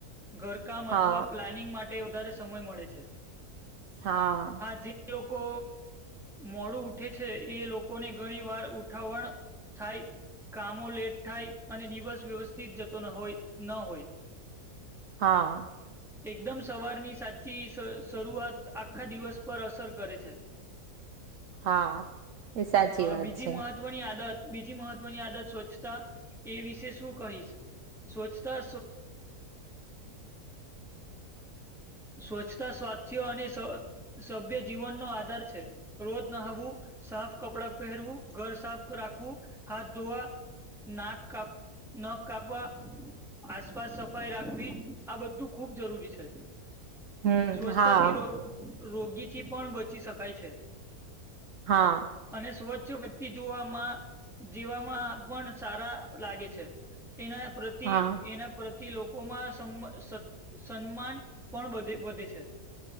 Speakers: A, in the centre; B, on the right.
A: ઘર કે કામ
B: હા
A: અથવા પ્લાનિંગ માટે વધારે સમય મળે છે.
B: હા,
A: જે લોકો મોડું ઉઠે છે, એ લોકોને ઘણી વાર ઉઠાવણ થાય કામો લેટ થાય અને દિવસ વ્યવસ્થિત જતો હોય ન હોય. <inaudible>
B: હા,
A: એકદમ સવારની સાચી શરૂઆત આખા દિવસ પર અસર કરે છે.
B: હા એ સાચી
A: અ
B: વાત
A: બીજી
B: છે
A: મહત્ મહત્વની આદત બીજી મહત્વની આદત સ્વચ્છતા એ વિશે શું કહીશ. સ્વચ્છતા સ્વચ્છતા સ્વાસ્થ્ય અને સભ્ય જીવનનો આધાર છે રોજ નહાવુ, સાફ કપડા પહેરવું, ઘર સાફ રાખવું, હાથ ધોવા નાક કાપ નખ કાપવા આસપાસ સફાઈ રાખવી આ બધું ખુબ જરૂરી છે.
B: હમ
A: સ્વચ્છતાથી
B: હા
A: રો રોગીથી પણ બચી શકાય છે.
B: હા.
A: અને સ્વચ્છ વ્યક્તિ જોવામાં જીવામાં પણ સારા લાગે છે. એના પ્રતિ
B: હા
A: એના પ્રતિ લોકો લોકોમાં સમ સન્માન પણબધ બધી છે.